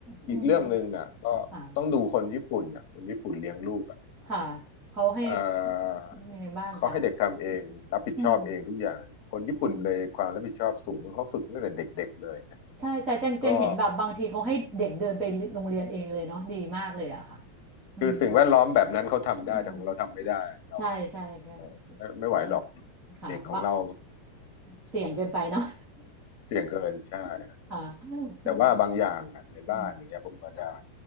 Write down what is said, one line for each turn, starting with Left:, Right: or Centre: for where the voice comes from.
Right: อืม
Left: อีกเรื่องหนึ่งอ่ะก็ต้องดูคนญี่ปุ่นอ่ะคนญี่ปุ่นเลี้ยงลูกอ่ะ
Right: ค่ะ ค่ะเขาให้
Left: เอ่อ
Right: ยังไงบ้างคะ
Left: เขาให้เด็กทำเองรับผิดชอบเองทุกอย่างคนญี่ปุ่นเลยความรับผิดชอบสูงเขาฝึกตั้งแต่เด็กๆเลยนะ
Right: อืมอืมอืมใช่แต่จังจังเห็นแบบบางทีเขาให้เด็กเดินไปโรงเรียนเองเลยเนาะดีมากเลยอะค่ะ
Left: ก็
Right: อืม
Left: คือสิ่งแวดล้อมแบบนั้นเขาทำได้แต่ของเราทำไม่ได้เรา
Right: อืมใช่ใช่ค่ะ
Left: เราไม่ไม่ไหวหรอก
Right: อืมค่ะบะ
Left: เด็กของเรา
Right: เสี่ยงเกินไปเนาะ
Left: เสี่ยงเกินใช่ครับ
Right: <laughs> ค่ะ
Left: แต่ว่าบางอย่างอ่ะในบ้านอย่างเงี้ยผมก็ได้
Right: อืมอืม